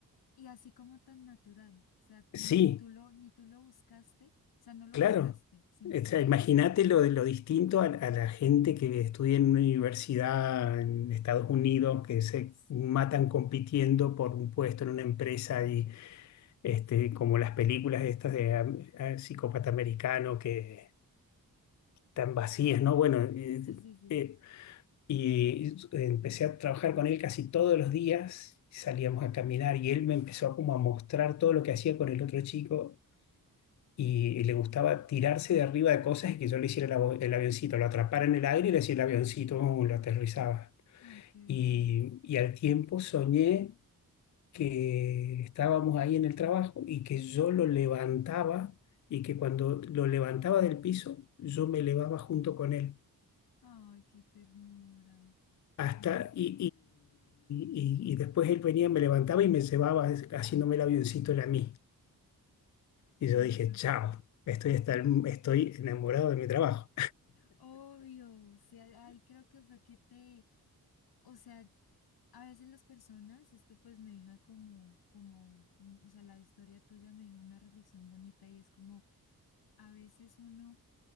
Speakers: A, on the left; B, on the left.
A: Y así como tan natural, o sea, ni,
B: Sí.
A: ni tú lo, ni tú lo buscaste, o sea, no lo
B: Claro,
A: buscaste, sino
B: o
A: te
B: sea,
A: llegó.
B: imagínate lo de lo distinto a, a la gente que estudia en una universidad en Estados Unidos, que se
A: <laughs> Ay, sí,
B: matan compitiendo por un puesto en una empresa y este, como las películas estas de am- eh, psicópata americano que tan vacías, ¿no? Bueno, eh,
A: sí, sí, sí.
B: eh, y empecé a trabajar con él casi todos los días, salíamos a caminar y él me empezó como a mostrar todo lo que hacía con el otro chico y, y le gustaba tirarse de arriba de cosas y que yo le hiciera el, avo- el avioncito, lo atrapara en el aire y le hacía el avioncito, ¡uh! lo aterrizaba.
A: Ay, qué belleza.
B: Y, y al tiempo soñé que estábamos ahí en el trabajo y que yo lo levantaba y que cuando lo levantaba del piso, yo me elevaba junto con él.
A: Ay, qué ternura.
B: Hasta,
A: Ay, no sé.
B: y, y, y, y- y después él venía, me levantaba y me llevaba haciéndome el avioncito él a mí. Y yo
A: Ay,
B: dije,
A: eso es
B: chao, estoy, hasta el- estoy enamorado de mi trabajo.
A: obvio. O sea, ay, creo que fue que te, o sea, a veces las personas, esto pues me deja como, como, mm, o sea, la historia tuya me deja una reflexión bonita y es como, a veces uno